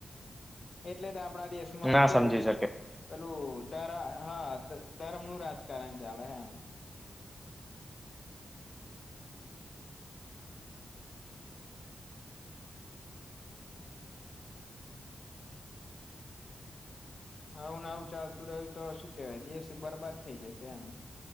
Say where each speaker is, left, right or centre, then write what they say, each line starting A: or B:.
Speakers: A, on the left (about 55°); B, in the centre.
A: એટલે જ આપડા દેશ માં
B: ના
A: કેવું
B: સમજી શકે
A: પેલું હા ધર્મનું રાજકારણ ચાલે હા. આવું ને આવું ચાલતું રહ્યું તો શું કેવાય દેશ બરબાદ થઈ જશે એમ.